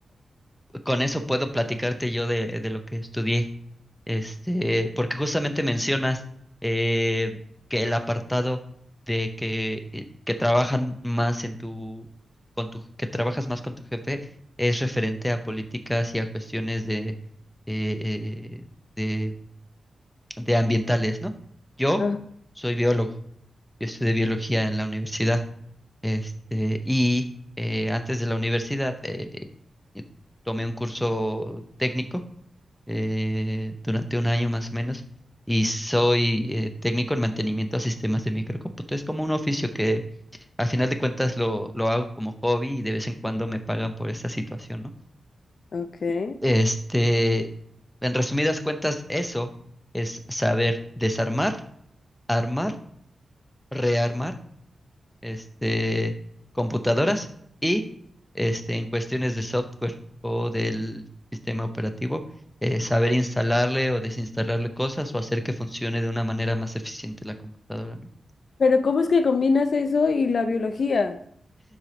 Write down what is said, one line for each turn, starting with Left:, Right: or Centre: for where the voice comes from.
Centre: con eso puedo platicarte yo de, de lo que estudié. Este, porque justamente mencionas eh, que el apartado de que, eh, que trabajan más en tu, con tu, que trabajas más con tu jefe es referente a políticas y a cuestiones de, eh, eh, de, de ambientales, ¿no? Yo
Left: Ah,
Centre: soy biólogo, yo estudié biología en la universidad. Este, y eh, antes de la universidad eh, eh, tomé un curso técnico eh, durante un año más o menos y soy eh, técnico en mantenimiento a sistemas de microcómputo. Es como un oficio que al final de cuentas lo, lo hago como hobby y de vez en cuando me pagan por esta situación, ¿no?
Left: ok.
Centre: Este, en resumidas cuentas, eso es saber desarmar, armar, rearmar este, computadoras y este, en cuestiones de software o del sistema operativo, eh, saber instalarle o desinstalarle cosas o hacer que funcione de una manera más eficiente la computadora, ¿no?
Left: Pero ¿cómo es que combinas eso y la biología?